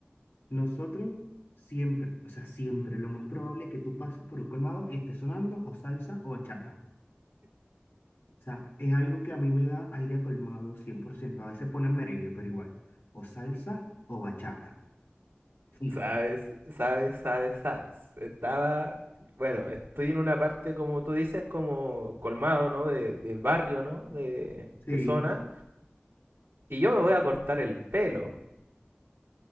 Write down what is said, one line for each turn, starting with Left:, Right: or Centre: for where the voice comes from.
Left: Nosotros siempre, o sea, siempre, lo más probable es que tú pases por un colmado y esté sonando o salsa o bachata. O sea, es algo que a mí me da aire a colmado 100%. A veces ponen merengue, pero igual. O salsa o bachata. Fijo.
Right: Sabes, sabes, sabes, sabes. Estaba, bueno, estoy en una parte, como tú dices, como colmado, ¿no? De, de barrio, ¿no? De,
Left: Sí.
Right: de zona. Y yo me voy a cortar el pelo.